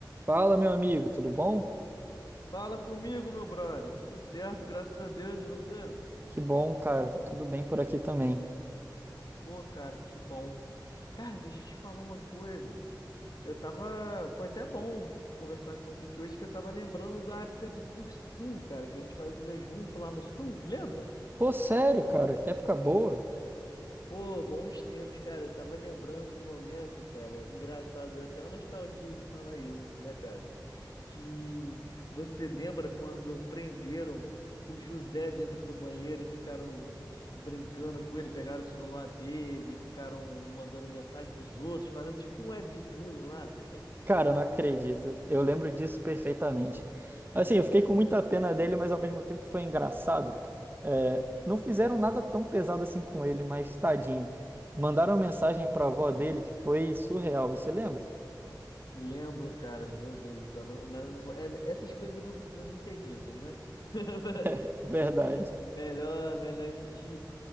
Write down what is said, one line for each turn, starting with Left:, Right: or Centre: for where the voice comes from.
Right: Fala, meu amigo, tudo bom?
Left: Fala comigo, meu brother. Tudo certo, graças a Deus. E você?
Right: Que bom, cara, tá tudo bem por aqui também.
Left: Pô, cara, que bom. Cara, deixa eu te falar uma coisa. Eu tava. Foi até bom conversar com você aqui hoje, que eu tava lembrando da época do cursinho, cara, que a gente fazia junto lá no Sul, lembra?
Right: Pô, sério, cara, que época boa.
Left: Pô, bons tempos, cara. Eu tava lembrando do momento, cara. Engraçado, deu até uma nostalgia de falar isso, né, cara? que você lembra quando prenderam o José dentro do banheiro e ficaram brincando com ele, pegaram o celular dele, ficaram mandando mensagem pros outros, fazendo tipo um webbullying lá. <laughs>
Right: Cara, eu não acredito. Eu lembro disso perfeitamente. Assim, eu fiquei com muita pena dele, mas ao mesmo tempo foi engraçado. É, não fizeram nada tão pesado assim com ele, mas tadinho. Mandaram uma mensagem pra avó dele que foi surreal, você lembra?
Left: Lembro, cara, meu Deus do céu. não- não- é- essas coisas não precisam nem ser ditas, né? <laughs>
Right: <laughs> Verdade.
Left: É melhor, melhor a gente.